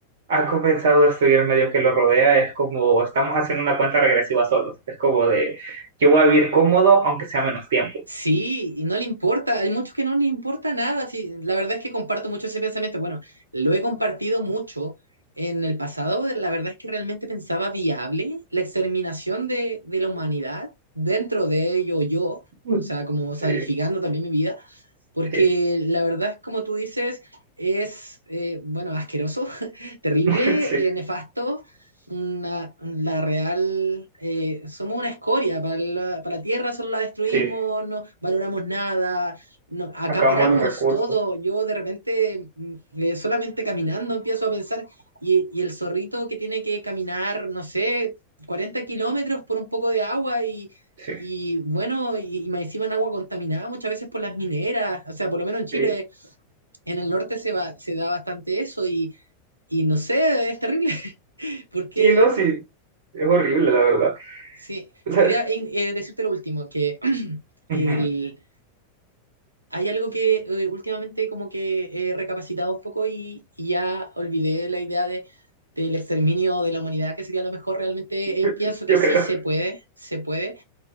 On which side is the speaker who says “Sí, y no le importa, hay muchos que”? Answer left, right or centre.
Right